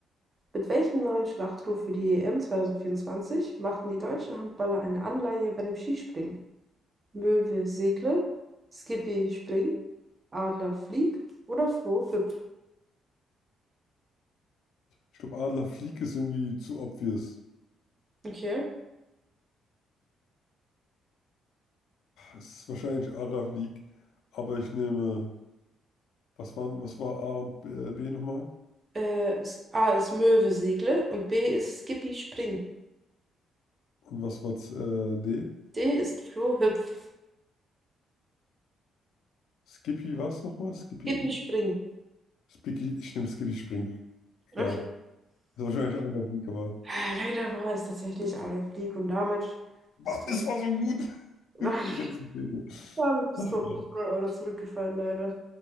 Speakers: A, on the right; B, on the left.
A: Mit welchem neuen Schlachtruf für die EM 2024 machten die deutschen Handballer eine Anleihe bei dem Skispringen? Möwe segle, Skippy spring, Adler flieg oder Froh hüpf?
B: Ich glaube, Adlerflieg ist irgendwie zu obvious.
A: Okay.
B: Es ist wahrscheinlich Adler League, aber ich nehme, was waren, was war A und B, äh, B nochmal?
A: Äh, ist, A ist Möwe segle und B ist Skippy Spring.
B: Und was war äh, D?
A: D ist Floh hüpf.
B: Skippy was nochmal? Skippy,
A: Skippy Spring.
B: Spicky, ich nehme Skippy Spring. Egal.
A: Okay.
B: Das ist wahrscheinlich Adler League, aber.
A: Ah, Leider war es tatsächlich Adolf Blick und damit
B: Mann,
A: bist
B: das
A: du,
B: war so gut. <laughs>
A: <laughs>
B: Ich hätte es gelesen.
A: damit bist
B: Ach
A: du auf
B: Mann.
A: 500 Euro zurückgefallen, leider.